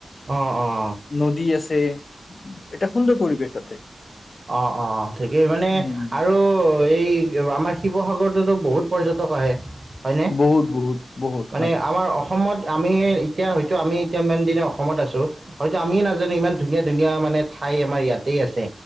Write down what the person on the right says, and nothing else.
অঁ অঁ
অ অ ঠিকেই মানে
আৰু। এই আমাৰ শিৱসাগৰততো বহুত পৰ্যটক আহে। হয়নে
মানে
আমাৰ অসমত, আমি এতিয়া হয়তো আমি এতিয়া ইমান দিনে অসমত আছো হয়তো আমি নাজানো ইমান ধুনীয়া ধুনীয়া মানে ঠাই আমাৰ ইয়াতে আছে।